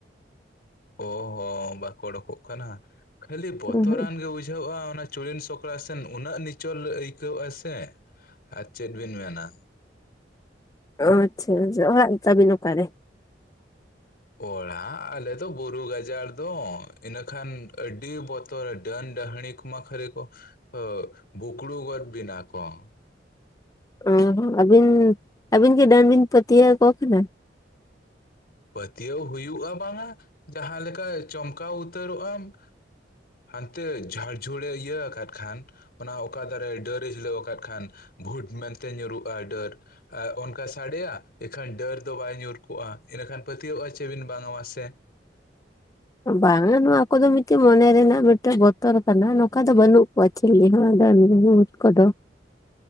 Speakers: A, on the left (about 60°); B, on the left (about 20°).
A: ᱚ ᱦᱚᱸ ᱵᱟᱠᱚ ᱚᱰᱳᱠᱚᱜ ᱠᱟᱱᱟ ᱠᱷᱟᱹᱞᱤ ᱵᱚᱛᱚᱨᱟᱱ
B: ᱦᱮᱸ ᱦᱮᱸ
A: ᱜᱮ ᱵᱩᱡᱷᱟᱹᱜᱼᱟ ᱚᱱᱟ ᱪᱩᱲᱤᱱ ᱥᱚᱠᱲᱟ ᱥᱮᱱ ᱩᱱᱟᱹᱜ ᱱᱤᱪᱚᱞ ᱟᱹᱭᱠᱟᱹᱣ ᱟᱥᱮ ᱟᱨ ᱪᱮᱫ ᱵᱤᱱ ᱢᱮᱱᱟ ᱾
B: ᱚ ᱟᱪᱪᱷᱟ ᱡᱚᱦᱟᱜ ᱛᱟᱹᱵᱤᱱ ᱚᱠᱟᱨᱮ?
A: ᱚᱲᱟᱜ ᱟᱞᱮ ᱫᱚ ᱵᱩᱨᱩ ᱜᱟᱡᱟᱲ ᱫᱚ ᱤᱱᱟᱹᱠᱷᱟᱱ ᱟᱹᱰᱤ ᱵᱚᱛᱚᱨ ᱰᱟᱹᱱ ᱰᱟᱹᱦᱲᱤ ᱠᱚ ᱾ ᱢᱟᱠᱷᱤᱲᱤ ᱠᱚ <inaudible> ᱵᱩᱠᱩᱲᱩ ᱜᱚᱫ ᱵᱤᱱᱟ ᱠᱚ ᱾
B: ᱚ ᱦᱚᱸ ᱟᱹᱵᱤᱱ ᱟᱹᱵᱤᱱ ᱠᱤ ᱰᱟᱱ ᱵᱤᱱ ᱯᱟᱹᱛᱭᱟᱹᱣ ᱟᱠᱚ ᱠᱟᱱᱟ?
A: ᱯᱟᱹᱛᱭᱟᱹᱣ ᱦᱩᱭᱩᱜᱼᱟ ᱵᱟᱝᱟ ᱡᱟᱦᱟᱸ ᱞᱮᱠᱟ ᱪᱚᱢᱠᱟᱣ ᱩᱛᱟᱹᱨᱚᱜ ᱟᱢ ᱾ ᱦᱟᱱᱛᱮ ᱡᱷᱟᱲ ᱡᱷᱩᱲᱮ ᱤᱭᱟᱹ ᱟᱠᱟᱫ ᱠᱷᱟᱱ ᱚᱱᱟ ᱚᱠᱟ ᱫᱟᱨᱮ ᱰᱟᱹᱨᱮ ᱦᱤᱞᱟᱹᱣ ᱟᱠᱟᱫ ᱠᱷᱟᱱ ᱵᱷᱩᱴ ᱢᱮᱱᱛᱮ ᱧᱩᱨᱩᱜ-ᱟ ᱰᱟᱹᱨ᱾ ᱟᱨ ᱚᱱᱠᱟ ᱥᱟᱰᱮᱭᱟ ᱤᱠᱷᱟᱹᱱ ᱰᱟᱹᱨ ᱫᱚ ᱵᱟᱭ ᱧᱩᱨ ᱠᱚᱜ-ᱟ᱾ ᱤᱱᱟᱹᱠᱷᱟᱱ ᱯᱟᱹᱛᱭᱟᱹᱣᱚᱜ-ᱟ ᱪᱮᱵᱤᱱ ᱵᱟᱝᱟ ᱢᱟᱥᱮ?
B: ᱵᱟᱝᱟ ᱱᱚᱣᱟ ᱠᱚᱫᱚ ᱢᱤᱫᱴᱮᱡ ᱢᱚᱱᱮ ᱨᱮᱱᱟᱜ ᱢᱤᱫᱴᱮᱡ ᱵᱚᱛᱚᱨ ᱠᱟᱱᱟ ᱱᱚᱝᱠᱟ ᱫᱚ ᱵᱟᱹᱱᱩᱜ ᱠᱚᱣᱟ᱾ ᱪᱤᱞᱤ ᱦᱚᱸ ᱰᱟᱹᱱ, ᱵᱷᱩᱛ ᱠᱚᱫᱚ᱾